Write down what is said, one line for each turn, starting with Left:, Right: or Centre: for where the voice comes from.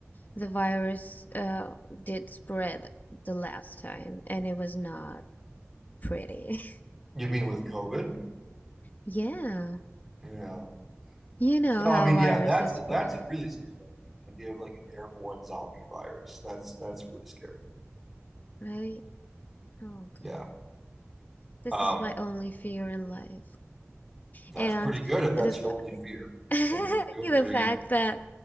Left: the virus uh, did spread the last time, and it was not pretty.
Centre: You mean with COVID?
Left: <laughs> yeah,
Centre: Yeah.
Left: you know
Centre: So
Left: how
Centre: I mean,
Left: viruses
Centre: yeah, that's that's
Left: spread,
Centre: a really scary idea. The idea of like an airborne zombie virus. That's that's really scary.
Left: right? Oh, God.
Centre: Yeah.
Left: This
Centre: Um,
Left: is my only fear in life.
Centre: that's
Left: And
Centre: pretty good if that's
Left: the
Centre: your only fear.
Left: <laughs>
Centre: That's doing
Left: The
Centre: pretty
Left: fact
Centre: good.
Left: that